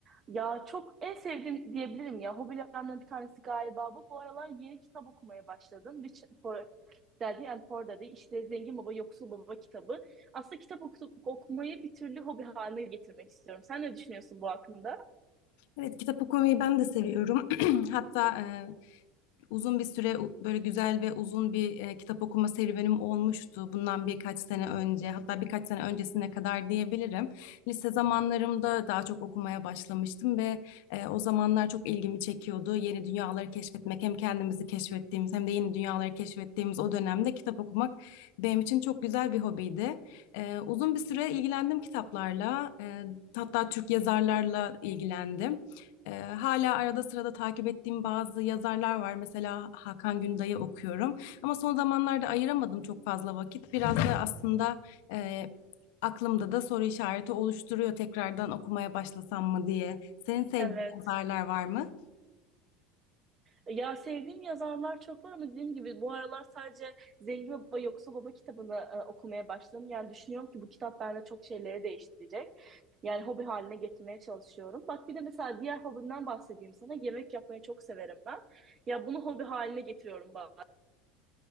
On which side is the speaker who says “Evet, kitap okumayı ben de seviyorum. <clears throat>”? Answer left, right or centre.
Left